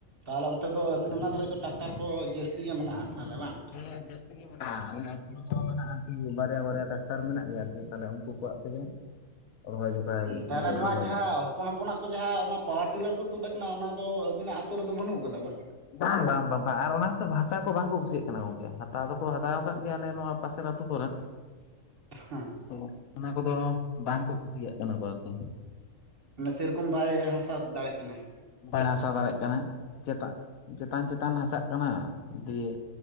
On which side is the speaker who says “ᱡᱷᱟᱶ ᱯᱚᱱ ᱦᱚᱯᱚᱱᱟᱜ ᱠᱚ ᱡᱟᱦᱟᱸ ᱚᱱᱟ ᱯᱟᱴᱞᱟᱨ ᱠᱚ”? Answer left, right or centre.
Right